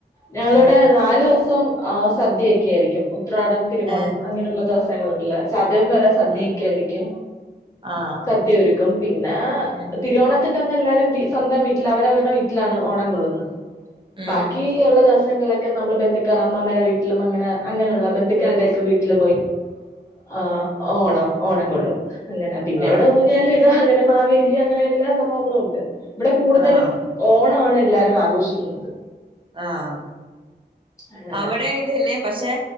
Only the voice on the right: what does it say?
ആഹ്
ഏഹ്
ആഹ്
ആഹ്
ഉം
ഉം
ആഹ്
ആഹ്
ആഹ്
അവടെയും ഇത് തന്നെ പക്ഷേ